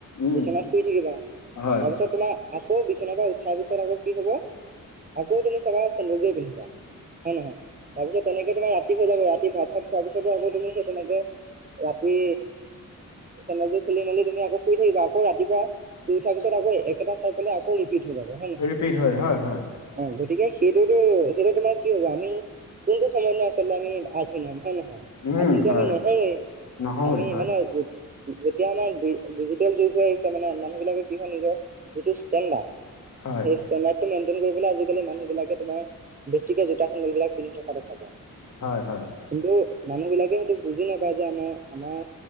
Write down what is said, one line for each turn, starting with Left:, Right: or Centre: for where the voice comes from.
Left: উম
Right: বিচনাত শুই থাকিবা
Left: হয়
Right: তাৰপিছত তোমাৰ আকৌ বিচনাৰ পৰা উঠাৰ পিছত আকৌ কি হব আকৌ তুমি চাবা চেন্দেল জোৰেই পিন্ধিবা হয় নহয়, তাৰপিছত তেনেকে তোমাৰ ৰাতি হৈ যাব ৰাতি ভাত ছাত, খোৱাৰ পিছতো আকৌ তুমি তেনেকে ৰাতি চেন্দেল জোৰ খুলি, মেলি, তুমি আকৌ শুই থাকিবা আকৌ ৰাতিপুৱা শুই উঠাৰ পিছত আকৌ একেটা চাইকেল আকৌ ৰিপিট হৈ যাব হয়ে, নহয়
Left: ৰিপিট হয় হয় হয়
Right: অ', গতিকে সেইটোতো সেইটো তোমাৰ কি হ'ব আমি কোনটো সময়ত নহ আচলতে আমি <unintelligible> হয়, নহয়, <unintelligible>
Left: উম
Right: আমি নহয়
Left: হয় নহয়
Right: আমি
Left: হয়
Right: মানে যেতিয়া আমাৰ ডিজিটেল যুগ হৈ আহিছে মানে মানুহ বিলাকে কি হয় নিজৰ যিটো ষ্টেণ্ডাৰ্ড
Left: হয়
Right: এই ষ্টেণ্ডাৰটো মেইনটেইন কৰিবলৈ আজিকালি মানুহ বিলাকে তোমাৰ বেছিকে জোতা চেন্দেল বিলাক পিন্ধি থকা দেখা যায়।
Left: হয় হয়
Right: কিন্তু মানুহ বিলাকে সেইটো বুজি নাপায় যে আমাৰ আমাৰ